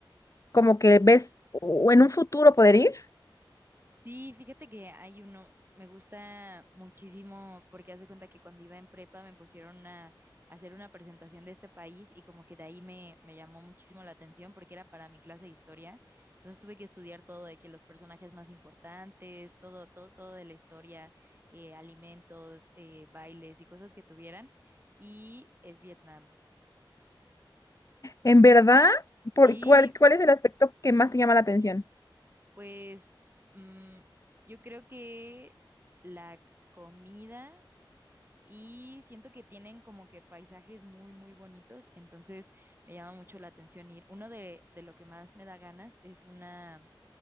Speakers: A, on the left (about 40°); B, on the right (about 25°).
A: como que ves o en un futuro poder ir?
B: Sí, fíjate que hay uno, me gusta muchísimo porque hace cuenta que cuando iba en prepa me pusieron a, hacer una presentación de este país y como que de ahí me, me llamó muchísimo la atención porque era para mi clase de historia. Entonces tuve que estudiar todo de que los personajes más importantes, todo, todo, todo de la historia, eh, alimentos, eh, bailes y cosas que tuvieran. Y es Vietnam.
A: ¿En verdad?
B: Sí,
A: ¿Por cuál, cuál es el aspecto que más te llama la atención?
B: pues mm, yo creo que la comida. y siento que tienen como que paisajes muy, muy bonitos, entonces me llama mucho la atención ir. Uno de, de lo que más me da ganas es una